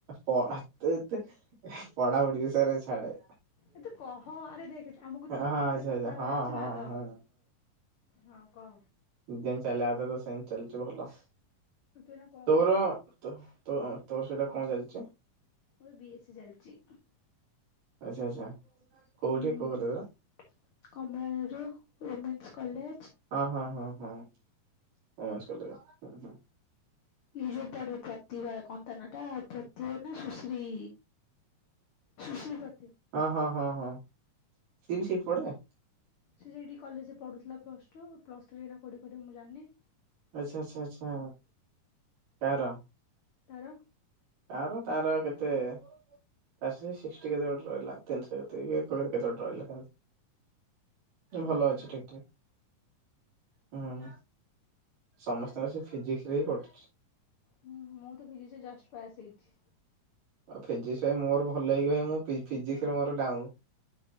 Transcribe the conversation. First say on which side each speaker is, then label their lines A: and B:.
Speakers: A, on the right (about 80°); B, on the left (about 50°).
A: ପ ତୁ ଏତେ ପଢ଼ାପଢ଼ି ତେରେ ଛାଡ଼େ
B: ଏତୁ କହ ଆରେ ଦେଖ ଆମକୁ
A: ହଁ
B: ଟପିକ
A: ଆଚ୍ଛା
B: ରେ କଥା
A: ଆଚ୍ଛା
B: ହବାର
A: ହଁ
B: ଅଛି
A: ହଁ
B: ନା ତ
A: ହଁ
B: ହଁ କ
A: ଦେନ୍ <unintelligible> ଚାଲିଚି ଭଲ।
B: ତୁ ଏଇନା କଣ
A: ତୋର
B: କରୁଛୁ?
A: ତ ତ ତୋର ସେଟା କଣ ଚାଲିଚି?
B: ମୋର ବି ଏ ସି ଚାଲିଚି।
A: ଆଚ୍ଛା ଆଚ୍ଛା। କୋଉଠି
B: ହୁଁ
A: କୋଉ କଲେଜରେ?
B: କମଳା ନେହେରୁ ଓମେନ୍ସ କଲେ
A: ହଁ ହଁ। ହଁ ଆସିଗଲେ ହଁ ହୁଁ।
B: ଏଇ ଯୋଉ ପଡିିବ ପ୍ରତିଭା କନ୍ ତା ନା ଟା ପ୍ରତିଭା ନା ସୁଶ୍ରୀ ସୁଶ୍ରୀ ପ୍ର
A: ହଁ ହଁ ହଁ ହଁ ସିଏ
B: ହୁଁ
A: ବି ସେଇଟି ପଢେ?
B: ସେ ସେଇଠି କଲେଜରେ ପଢୁଥିଲା ପ୍ଲସ ଟୁ ପ୍ଲସ ଥ୍ରୀ ଏଇନା କୋଉଠି କରିବ ମୁଁ ଯାନି।
A: ଆଚ୍ଛା ଆଛା ଆଛା ତାର?
B: ତାର?
A: ତାର ତାର କେତେ ତାର ସେଇ ସିକ୍ଟି କେତେ ଗୋଟେ ରଇଲା। ତିଂଶ କେତେକି <unintelligible> କେତେ ଗୋଟେ ରଇଲା। ଭଲ
B: ଓହୋ
A: ଅଛି ଠିକ୍ ଠାକ୍। ହୁଁ ସମସ୍ତଙ୍କ
B: ଆଉ
A: ସେ ଫିଜିକ୍ସ ରେ ହି କଟୁଚି।
B: ହୁଁ ମୁଁ ତ ଫିଜିକ୍ସରେ ଜଷ୍ଟ ପାସ୍ ହେଇଚି।
A: ଆଉ ଫିଜିକ ପାଇଁ ମୋର ଭଲ <unintelligible> ମୁଁ ଫିଜିକ୍ସରେ ମୋର ଡାଉଁନ୍।